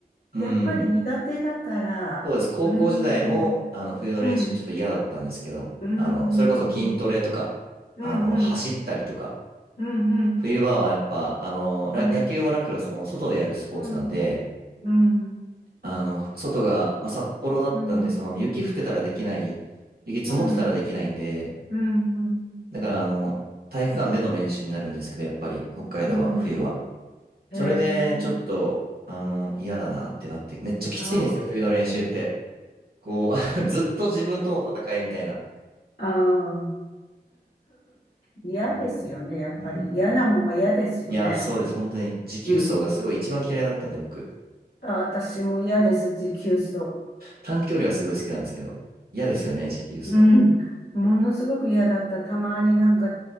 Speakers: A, on the right; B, on the left.
A: い。
B: やっぱり苦手だから、
A: うん。そうです。高校時代もあの冬の練習ちょっと嫌だったんですけど、
B: うーん、うん、うーん、
A: あの、それこそ筋トレとか、
B: うん、うん、
A: あの、
B: うん、
A: 走ったりとか、
B: うん、
A: 冬場はやっぱ、あの、
B: うん。
A: ラ野球もラクロスも外でやるスポーツなんで、
B: うん、うん、
A: あの、外が、まあ、札幌だったんで、
B: うん、
A: その雪降ってたらできない、雪積もってたらできないんで、
B: うん、うん、うん、
A: だからあの、体育館での練習になるんですけど、やっぱり北海道は冬は。
B: うんへえ、
A: それでちょっと、あの、嫌だなってなって、めっちゃきついんですよ、
B: あ
A: 冬の練習って。こう、<laughs> ずっと自分との戦いみたいな。
B: あ、ああ、嫌ですよね、
A: うん。
B: やっぱり。
A: う
B: 嫌なもんは嫌ですよね。
A: んいや、そうです。本当に。持久走がすごい一番嫌いだったんで、
B: うん。
A: 僕。
B: あ、私も嫌です、持久走。
A: 短距離はすごい好きなんですけど。嫌ですよね、持久走。
B: うん。ものすごく嫌だった。たまになんか、